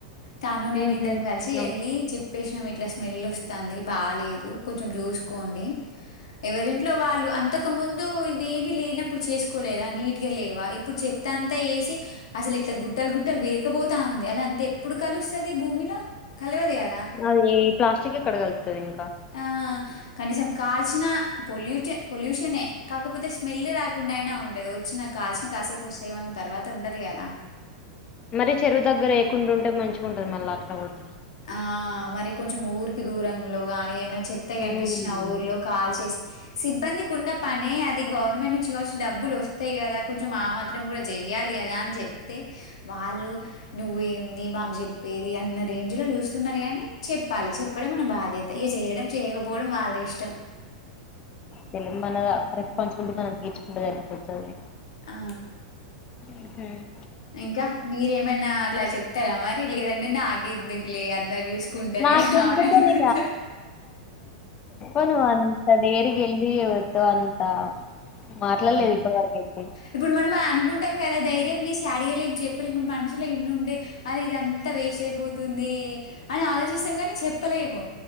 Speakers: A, on the left; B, on the left.
A: తను
B: హుహు.
A: నేను ఇద్దరం కలిసి
B: అవును.
A: ఎళ్ళి ప్పేసినాం ఇట్ల స్మెల్ ఒస్తాంది బాలేదు కొచెం చూస్కోండి ఎవరిన్ ఇంట్లో వాళ్ళు అంతకు ముందు ఇవి ఏవి లేనప్పుడు చేసుకోలేదా నీట్ గ లేవా ఇప్పుడు చెత్త అంతా ఏ సి అసల్ ఇట్ల గుట్టలు గుట్టలు వేర్కపోతా ఉంది అదంత ఎప్పుడు కలుస్తది భూమిలో కలవదు కదా
B: అదే ప్లాస్టిక్ ఎక్కడ కలుత్తది ఇంకా
A: ఆ! కనీసం కాల్చిన పొల్యూ పొల్యూషనే కాకపోతే స్మెల్ రాకుండా అయినా ఉంటది ఒచ్చిన కాచిన కాసేపొస్తదెమ్ తర్వాత ఉండదు కదా
B: మరీ చెరువు దగ్గర ఎయ్యకుండ్ ఉంటే మంచిగుంటది మళ్ళ అట్ల గూడా
A: ఆ మరి కొంచెం ఊరికి దూరంలో గానీ ఏమైనా చెత్త కనిపించిన
B: హ్మ్.
A: ఊర్లో కాల్ చేస్తే సిబ్బంది కున్న పనే అది గవర్నమెంట్ నుంచి డబ్బులు ఒస్తయి గదా కొంచెం ఆ మాత్రం గుడ జెయ్యాలి గద అన్ జెప్పి ప్తే వాళ్ళు నువ్వేంది మాకు జెప్పేది అన్న రెన్ ఏంజ్లో జూస్తున్నరు గనీ చెప్పాలి చెప్పడం మన బాధ్యత ఇగ చేయడం చేయకపోవడం వాళ్ళ ఇష్టం
B: తెలి మన రెస్పాన్సిబిలిటీ మనం తీర్చుకుంటే జరిగిపోతుంది
A: ఆ
B: మ్హ్
A: ఇంకా మీరేమైనా అట్లా చెప్తారా మరి లేద నీకెందుకు లే అందరు యూస్కుంటరు
B: నాకెందుకని
A: అదా హహహహ అనుకుంటర
B: అను అంత డేర్గెల్లి ఎళ్లి ఇవతు అంత మాట్లాడలేదు
A: అం
B: ఇప్పటి వరకైతే.
A: ఇప్పుడు మనం అనుకుంటు ఉంటం కదా ధైర్యం జేశి అడగలేం చెప్పలే మ మనసులో ఎన్ని ఉంటే అది ఇదంతా వేస్ట్ అయిపోతుంది ఎ అని ఆలోచిస్తం గనే చెప్పలేము